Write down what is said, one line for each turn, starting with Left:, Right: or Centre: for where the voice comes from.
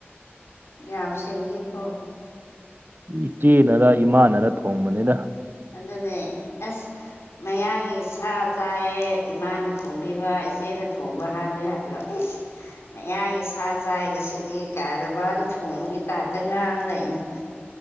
Left: ꯌꯥꯝ ꯁꯦꯡꯉꯦꯀꯣ
Right: <inaudible> ꯏꯆꯦꯅꯔꯥ ꯏꯃꯥꯅꯔꯥ ꯊꯣꯡꯕꯅꯤꯗ
Left: ꯑꯗꯨꯅꯦ ꯑꯁ ꯃꯌꯥꯡꯒꯤ ꯁꯥ ꯆꯥꯥꯏꯌꯦ ꯏꯃꯥꯅ ꯊꯣꯡꯕꯤꯕ ꯏꯆꯦꯅ ꯊꯣꯡꯕ ꯍꯥꯏꯕ ꯌꯥꯗ꯭ꯔꯣ ꯏꯁ ꯃꯌꯥꯡꯒꯤ ꯁꯥ ꯆꯥꯏ ꯉꯁꯤꯗꯤ ꯀꯥꯏꯅ ꯃꯥꯅ ꯊꯣꯡꯕꯒꯤ ꯇꯥꯏꯞꯇꯥ ꯉꯥꯡ ꯂꯩꯩꯅꯦ